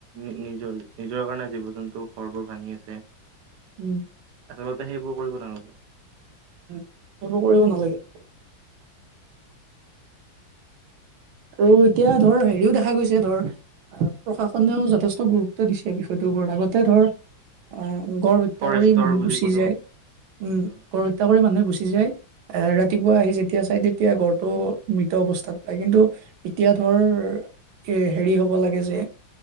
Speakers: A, on the right; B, on the right.
A: নিজৰ নিজৰ কাৰণে জীৱ-জন্তু ঘৰবোৰ ভাঙি আছে।
B: উম।
A: আচলতে সেইবোৰ কৰিব নালাগে।
B: উ, সেইবোৰ কৰিব নালাগে। আৰু এতিয়া ধৰ হেৰিও দেখা গৈছে যে ধৰ প্ৰশাসনেও যথেষ্ট গুৰুত্ব দিছে, বিষয়টোৰ ওপৰত আগতে ধৰ অ, গড় হত্যা
A: ফৰেষ্টৰ
B: কৰি মানুহ
A: বুলি
B: গুচি
A: কোনো
B: যায়। উম,
A: অ
B: গড় হত্যা কৰি মানুহে গুচি য য, আহ ৰাতিপুৱা আহি যেতিয়া চাই তেতিয়া গড়টো মৃত অৱস্থাত পায় কিন্তু। এতিয়া ধৰ এ, হেৰি হ'ব লাগে যে